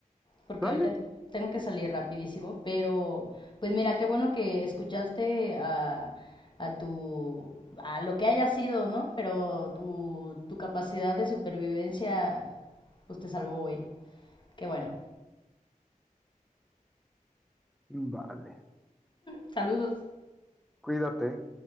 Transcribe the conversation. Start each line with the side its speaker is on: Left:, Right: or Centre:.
Left: Porque
Centre: Vale,
Left: ahorita tengo que salir rapidísimo. Pero, pues mira, qué bueno que escuchaste a, a tu... a lo que haya sido, ¿no? Pero tu, tu capacidad de supervivencia, pues te salvó hoy. Qué bueno.
Centre: vale.
Left: Saludos.
Centre: Cuídate.